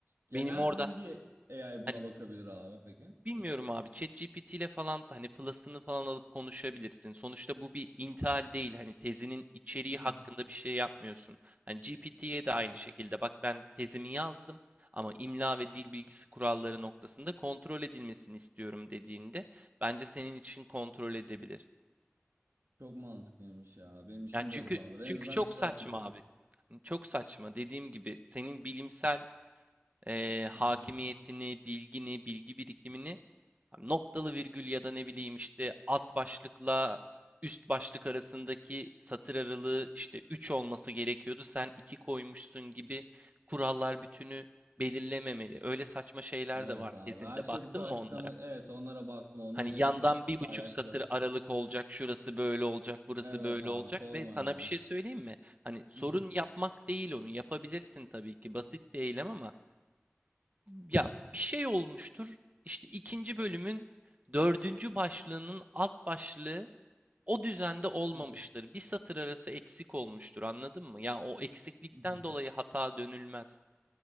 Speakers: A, on the right; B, on the right.
A: Genel
B: Benim orada
A: hangi AI
B: hani
A: buna bakabilir abi peki?
B: Bilmiyorum abi. ChatGPT ile falan hani plus'ını falan alıp konuşabilirsin. Sonuçta bu bir intihal değil. Hani tezinin içeriği
A: Hı hı.
B: hakkında bir şey yapmıyorsun. Hani GPT'ye de
A: Hı hı.
B: aynı şekilde. Bak ben tezimi yazdım ama imla ve dil bilgisi kuralları noktasında kontrol edilmesini istiyorum dediğinde bence senin için kontrol edebilir.
A: Çok mantıklıymış ya. Benim işimi
B: Ya çünkü
A: de hızlandırır.
B: çünkü
A: En azından
B: çok
A: bir şeyler
B: saçma
A: yapmış olurum.
B: abi. Çok saçma. Dediğim gibi senin bilimsel eee, hakimiyetini,
A: Hı hı.
B: bilgini, bilgi birikimini Hani, noktalı virgül ya da ne bileyim işte alt başlıkla üst başlık arasındaki satır aralığı işte 3 olması gerekiyordu. Sen 2 koymuşsun gibi kurallar bütünü belirlememeli. Öyle saçma şeyler
A: Evet
B: de var
A: abi.
B: tezinde.
A: Her şey
B: Baktın
A: bu kadar
B: mı onlara?
A: sistem. Evet onlara baktım. Onların
B: Hani
A: hepsini
B: yandan bir buçuk
A: paylaştılar.
B: satır aralık olacak, şurası böyle olacak, burası
A: Evet
B: böyle
A: abi
B: olacak
A: sorma
B: ve sana
A: ya.
B: bir şey söyleyeyim mi? Hani sorun
A: Hı hı.
B: yapmak değil onu. Yapabilirsin tabii ki basit bir eylem ama ya bir şey olmuştur. İşte ikinci bölümün dördüncü başlığının alt başlığı o düzende olmamıştır.
A: Hı hı.
B: Bir satır arası eksik olmuştur, anladın mı? Ya o eksiklikten
A: Hı hı.
B: dolayı hata dönülmez.